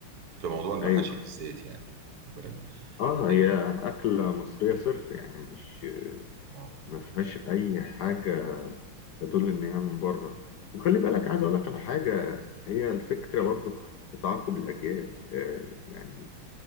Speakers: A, on the right; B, on the left.
A: في موضوع المحاشي
B: أيوه
A: بالذات يعني واخد بالك
B: آه
A: إيه،
B: هي أكلة مصرية صرف يعني مش
A: آه.
B: ما فيهاش أي حاجة تدل إن هي من بره وخلي بالك عايز أقول لك على حاجة هي الفكرة برضه في تعاقب الأجيال آه، يعني